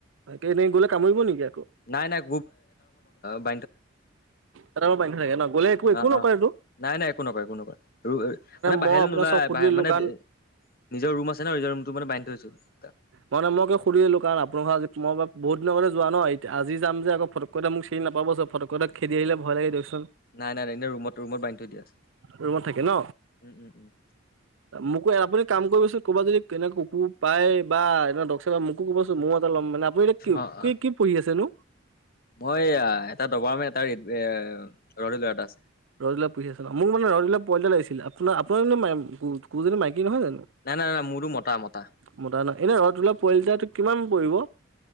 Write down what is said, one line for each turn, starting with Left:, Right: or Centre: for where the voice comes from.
Right: তাকে এনেই গ'লে কামুৰিব নেকি আকৌ?
Left: নাই নাই। <unintelligible>
Right: এটা <unintelligible> গ'লে একো একো
Left: অ
Right: নকৰেতো?
Left: অ নাই নাই একো নকৰে একো নকৰে, মানে
Right: মই
Left: বাহিৰলে
Right: আপোনাৰ
Left: নোলায়
Right: চব সুধি
Left: বাহিৰলে
Right: দিলো
Left: মানে
Right: কাৰণ
Left: নিজৰ ৰুম আছে ন' নিজৰ ৰুমটোত মানে বান্ধি থৈছোঁ তাক।
Right: মই ন' মই সুধিলোঁ কাৰণ আপোনালোকৰ আ, মই বহুত দিনৰ আগতে যোৱা ন' আজি যাম যে মোক ফটককে চিনি চিনি নাপাব চাব, ফটককে তাক খেদি আহিলে ভয় লাগে দিয়কচোন।
Left: নাই নাই নাই এনে ৰুমত ৰুমত বান্ধি থৈ দিয়া আছে।
Right: ৰুমত থাকে ন।
Left: উম, উম, উম।
Right: মোকো আপুনি কাম কৰিবচোন ক'ৰবাত যদি কেনে কুকুৰ পায় বা এনে <unintelligible> মোক কবচোন ময়ো এটা ল'ম, মানে আপুনি এতিয়া
Left: অ অ
Right: কি কি পুহি আছেনো?
Left: মই আ, এটা দবাৰমেন এটা, এটা ৰেদ এ, ৰহুইলাৰ এটা আছে।
Right: ৰদহুইলাৰ পুহি আছে ন' মোক মানে ৰদহুইলাৰৰ পোৱালি এটা লাগিছিল, আপোনাৰ, আপোনাৰ কুকুৰজনী মাইকী নহয় জানো?
Left: নাই নাই নাই মোৰতো মতা মতা
Right: মতা ন' এনে ৰদহুইলাৰ পোৱালি এটা কিমান পৰিব?